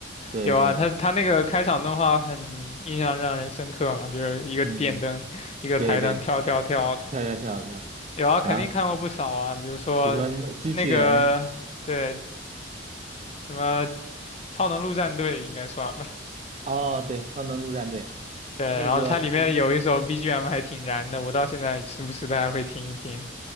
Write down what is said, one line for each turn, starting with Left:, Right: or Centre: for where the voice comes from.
Right: 对对对，
Left: 有啊，他他那个开场动画很印象让人深刻嘛，就是一个电灯，
Right: 嗯，
Left: 一个台灯跳跳跳的，
Right: 对对，跳跳跳跳，
Left: 有啊，肯定看过不少啊，
Right: 然后
Left: 比如说那个对
Right: 比如说什么机器人，
Left: 什么超能陆战队应该算吧。
Right: 哦，对，超能陆战队
Left: <laughs> 对，然后它里面有一首
Right: 那个就
Left: BGM 还挺燃的，我到现在时不时的还会听一听。